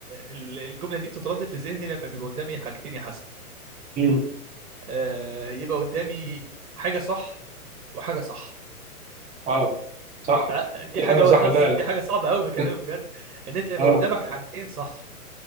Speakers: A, on the right; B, on the right.
A: ال- الجمله دي بتتردد في ذهني لما بيبقى قدامي حاجتين يا حسن
B: امم
A: آه، يبقى قدامي حاجه صح وحاجه صح
B: اه صح
A: تع- دي
B: دي
A: حاجه
B: حاجة صح
A: حظ
B: فعلا
A: دي حاجه صعبه قوي بكلمك
B: <laughs>
A: بجد ان انت يبقى
B: اه
A: قدامك حاجتين صح